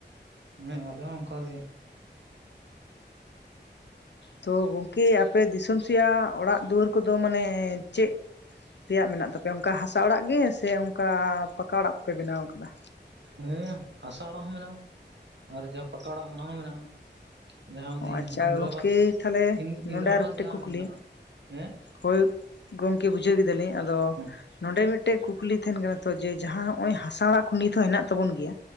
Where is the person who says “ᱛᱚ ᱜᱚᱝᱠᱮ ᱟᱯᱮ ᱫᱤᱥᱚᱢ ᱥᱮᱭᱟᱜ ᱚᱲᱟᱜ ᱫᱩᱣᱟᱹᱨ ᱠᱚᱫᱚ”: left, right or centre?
Left